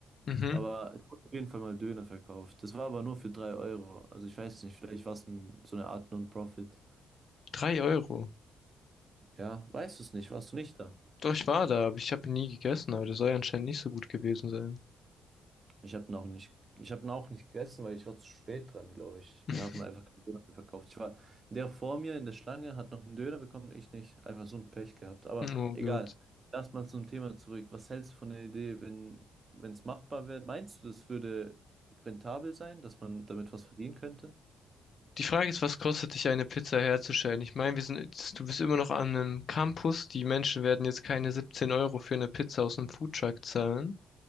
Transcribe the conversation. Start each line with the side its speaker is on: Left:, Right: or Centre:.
Left: Mhm.
Right: Aber es wurde auf jeden Fall mal Döner verkauft. Das war aber nur für 3 Euro. Also ich weiß nicht, vielleicht war es ein, so eine Art Non-Profit.
Left: Drei Euro.
Right: Ja, weißt du es nicht, warst du nicht da?
Left: Doch, ich war da, aber ich habe nie gegessen, aber das soll ja anscheinend nicht so gut gewesen sein.
Right: Ich habe ihn auch nicht, ich habe ihn auch nicht gegessen, weil ich war zu spät dran, glaube ich.
Left: <laughs>
Right: Die haben mir einfach keinen Döner mehr verkauft. Ich war, der vor mir in der Schlange hat noch einen Döner bekommen, ich nicht. Einfach so ein Pech gehabt. Aber
Left: Oh
Right: egal.
Left: Gott.
Right: Lass mal zum Thema zurück. Was hältst du von der Idee, wenn wenn es machbar wäre? Meinst du, das würde rentabel sein, dass man damit was verdienen könnte?
Left: Die Frage ist, was kostet dich eine Pizza herzustellen? Ich meine, wir sind, jetzt- du bist immer noch an einem Campus. Die Menschen werden jetzt keine 17 Euro für eine Pizza aus einem Foodtruck zahlen.